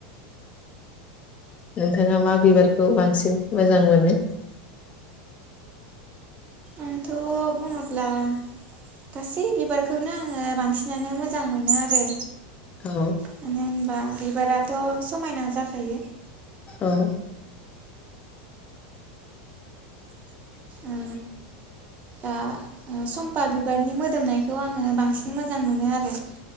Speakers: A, on the left (about 30°); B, on the right (about 35°).
A: नोंथाङा मा बिबारखौ बांसिन मोजां मोनो?
B: आंथ' बुङोब्ला गासै बिबारखौनो आङो बांसि नानो मोजां मोनो आरो।
A: औ
B: मानो होनबा बि बाराथ' समायना जाखायो
A: औ <inaudible>
B: ओ दा सम्फा बिबारनि मोदोमनायखौ आङो बांसिन मोजां मोनो आरो।